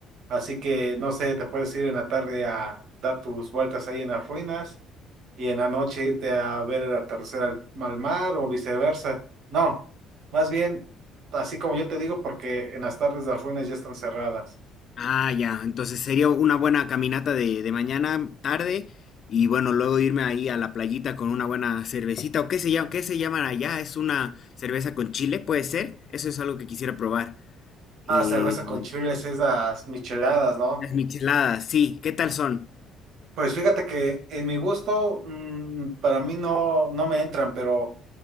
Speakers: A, on the right; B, on the left.
A: Así que, no sé, te puedes ir en la tarde a dar tus vueltas ahí en las ruinas y en la noche irte a ver el atardecer al, al mar o viceversa. No, más bien, así como yo te digo, porque en las tardes las ruinas ya están cerradas.
B: Ah, ya. Entonces sería una buena caminata de, de mañana, tarde, y bueno, luego irme ahí a la playita con una buena cervecita. ¿O qué se llama, qué se llaman allá? ¿Es una cerveza con chile? ¿Puede ser? Eso es algo que quisiera probar. Eh,
A: Ah, cerveza con chiles, esas micheladas, ¿no?
B: las micheladas, sí. ¿Qué tal son?
A: Pues fíjate que en mi gusto, mm, para mí no, no me entran, pero